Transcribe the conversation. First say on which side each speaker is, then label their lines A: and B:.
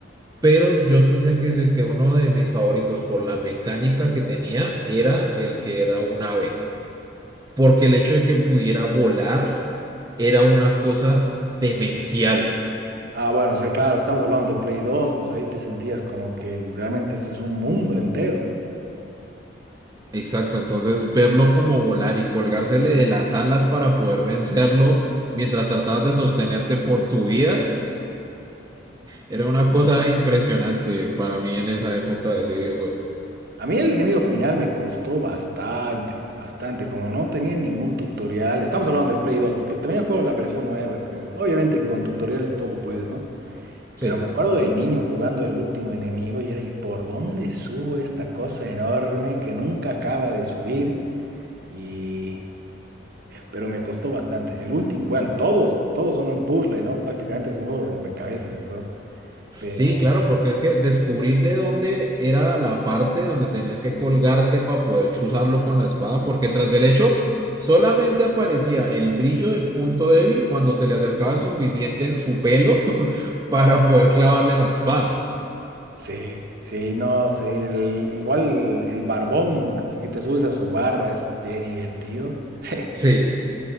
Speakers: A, on the right (about 20°); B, on the right (about 55°).
A: pero yo tendría que decir que uno de mis favoritos por la mecánica que tenía era el que era un ave, porque el hecho de que pudiera volar era una cosa demencial.
B: Ah, bueno, sí, claro, estamos hablando de Play dos pues ahí te sentías como que realmente esto es un mundo entero.
A: Exacto, entonces verlo como volar y colgársele de las alas para poder vencerlo mientras tratabas de sostenerte por tu vida era una cosa impresionante para mí en
B: Eh,
A: esa época
B: sí,
A: de ese videojuego.
B: sí. A mí el enemigo final me costó bastante, bastante, como no tenía ningún tutorial. Estamos hablando del Play 2 porque también juego la versión nueva, que obviamente con tutoriales todo puedes, ¿no?
A: Sí,
B: Pero
A: sí.
B: me acuerdo de niño jugando el último enemigo y era, ¿y por dónde subo esta cosa enorme que nunca acaba de subir? Y... Pero me costó bastante. El último, bueno, todos, todos son un puzzle, ¿no? Prácticamente es un juego de rompecabezas el juego. Pero
A: Sí, claro, porque es que descubrir de dónde era la parte donde tenías que colgarte para poder chuzarlo con la espada, porque tras del hecho solamente aparecía el brillo del punto débil cuando te le acercabas suficiente en su pelo <laughs> para poder clavarle la espada.
B: sí, sí, no, sí. el- igual el, el barbón que te subes a su barba es de divertido. <laughs>
A: Sí,